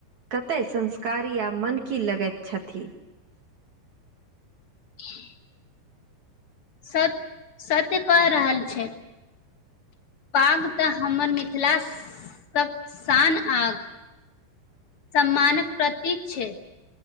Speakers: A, on the right; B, on the left.
A: कतैय संस्कारी आ मनकी लगैत छथि
B: <inaudible> सत्य सत्य कैल रहल छै पाग तऽ हमर मिथिला स - शान आ सम्मानक प्रतीक छै